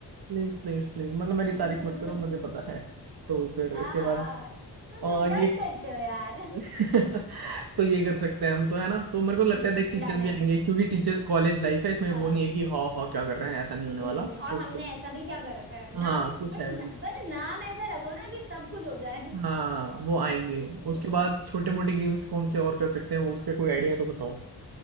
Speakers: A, on the right; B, on the right.
A: प्लीज प्लीज प्लीज मतलब मेरी
B: है
A: तारीफ मत करो मुझे
B: <laughs>
A: पता है तो फिर
B: हाँ
A: इसके
B: हाँ
A: बाद
B: तुम डिजर्व
A: और ये
B: करते हो यार
A: <laughs> तो ये कर सकते
B: <laughs>
A: हैं हम तो है ना तो मेरे को लगता
B: हम्म
A: है देख टीचर्स
B: डन है
A: भी आएंगे क्योंकि टीचर्स कॉलेज लाइफ है इसमें
B: हाँ
A: वो नहीं है कि हाँ हाँ क्या कर रहे हैं ऐसा नहीं होने
B: हम्म
A: वाला
B: और
A: तो
B: हमने ऐसा भी क्या कर रखा है
A: हाँ
B: नाम ही
A: कुछ
B: बस
A: है
B: न, पर नाम ऐसा रखो ना कि सब कुछ हो जाए
A: हाँ वो आएंगे
B: <laughs>
A: उसके बाद छोटे
B: हम्म
A: मोटे गेम्स कौन से और कर सकते हैं वो उसका कोई आइडिया है तो बताओ